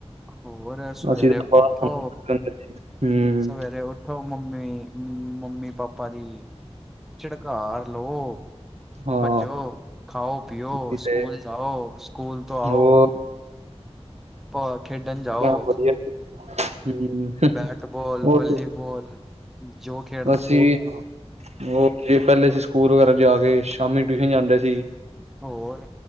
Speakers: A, in the centre; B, on the right.
A: ਹੋਰ ਸਵੇਰੇ
B: ਅਸੀਂ ਤਾਂ
A: ਉਠੋ,
B: ਬਾਹਰ ਹੁੰਦੇ ਹੁੰਦੇ ਸੀ। ਹੂੰ
A: ਸਵੇਰੇ ਉਠ ਉਠੋ ਮੰਮੀ, ਮੰਮੀ -ਪਾਪਾ ਦੀ ਝਿੜਕਾਰ ਲਓ,
B: ਹਾਂ
A: ਭੱਜੋ ਖਾਓ -ਪੀਓ
B: ਵੀ ਤੇ
A: ਸਕੂਲ ਜਾਓ ਸਕੂਲ ਤੋਂ ਆਓ,
B: ਹੋਰ
A: ਭਾ ਖੇਡਣ ਜਾਓ
B: ਮੈਂ ਵਧੀਆ ਹੂੰ
A: ਬੈਟਬੋਲ
B: ਹੋਰ
A: ਵੋਲੀਬੋਲ ਜੋ ਕਿ
B: ਅਸੀਂ ਹਾਂ ਓਕੇ ਪਹਿਲੇ ਅਸੀਂ ਸਕੂਲ ਵਗੈਰਾ ਜਾ ਕੇ ਸ਼ਾਮੀ ਟਿਊਸ਼ਨ ਜਾਂਦੇ ਸੀ
A: ਹੋਰ